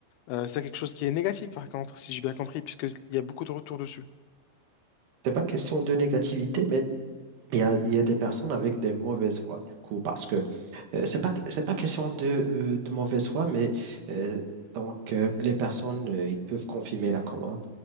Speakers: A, on the left (about 75°); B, on the right (about 75°).
A: euh, c'est quelque chose qui est négatif par contre, si j'ai bien compris, puisqu'il y a beaucoup de retours dessus.
B: C'est pas question de négativité, mais il y a, il y a des personnes avec des mauvaises voix, du coup, parce que euh, c'est pas, c'est pas question de, euh, de mauvaise foi, mais euh, donc euh, les personnes, euh, ils peuvent confirmer la commande.